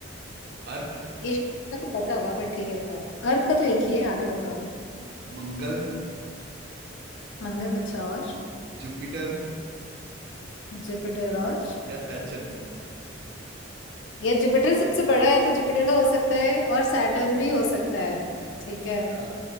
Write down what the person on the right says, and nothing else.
अर्थ
मंगल
जुपिटर
या सैटर्न
अच्छा